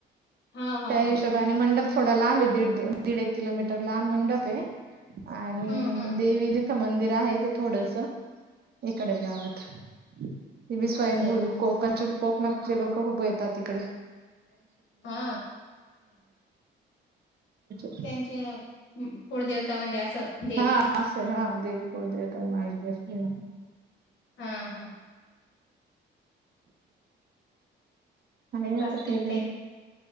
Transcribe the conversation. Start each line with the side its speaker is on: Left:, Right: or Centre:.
Left: हा हा
Right: त्या
Left: हा
Right: हिशोबानी मंडप थोडा लांब आहे दीड दो दीड एक किलोमीटर लांब मंडप आहे. आणि
Left: हम्म हम्म
Right: देवी तिथं मंदिर आहे ते थोडस इकडे गावात. ती बी स्वयंभूल
Left: असं आहे का
Right: कोकण कोकणातले लोक खूप येतात इकडे.
Left: हा
Right: <inaudible>
Left: त्यांचे कुळदेवता म्हणजे असं देवी
Right: हा असेल हा, देव कुलदेवता आणि <inaudible>
Left: हा हम्म!
Right: <inaudible>
Left: असतील ते